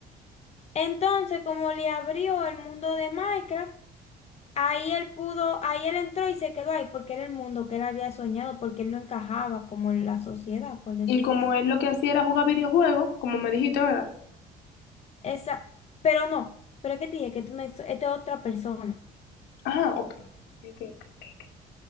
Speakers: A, on the left; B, on the left.
A: Entonces, como le abrió el mundo de Minecraft, ahí él pudo, ahí él entró y se quedó ahí porque era el mundo que él había soñado, porque él no encajaba como en la sociedad, por decirlo
B: Y como
A: así.
B: él lo que hacía era jugar videojuegos, como me dijiste, ¿verdad?
A: Esa, pero no, pero es que te dije que tú no, esta es otra persona.
B: Ah, ok. Ok, ok, ok, ok.